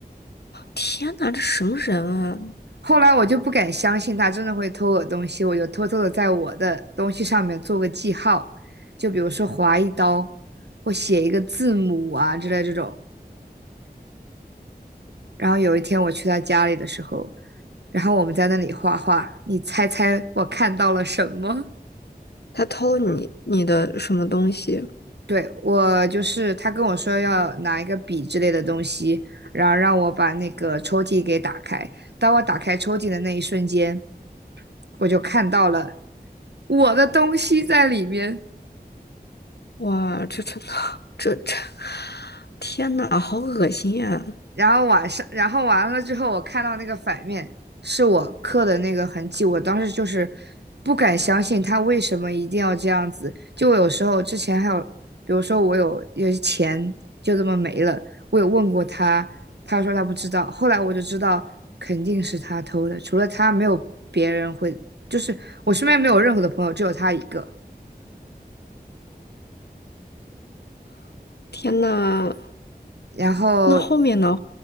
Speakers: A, on the left; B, on the right.
A: 天呐，这什么人啊？
B: 后来我就不敢相信他真的会偷我东西，我就偷偷的在我的东西上面做个记号，就比如说划一刀，或写一个字母啊之类这种。然后有一天我去他家里的时候，然后我们在那里画画，你猜猜我看到了什么？
A: 他偷你你的什么东西？
B: 对，我就是他跟我说要拿一个笔之类的东西，然后让我把那个抽屉给打开。当我打开抽屉的那一瞬间，我就看到了我的东西在里面。
A: 哇，这真的，这这，天呐，好恶心呀、
B: 然后晚上，然后完了之后，我看到那个反面是我刻的那个痕迹，我当时就是不敢相信他为什么一定要这样子。就我有时候之前还有，比如说我有有些钱就这么没了，我有问过他，他说他不知道。后来我就知道肯定是他偷的，除了他没有别人会，就是我身边没有任何的朋友，只有他一个。
A: <sighs> 天呐，
B: 然后
A: 那后面呢？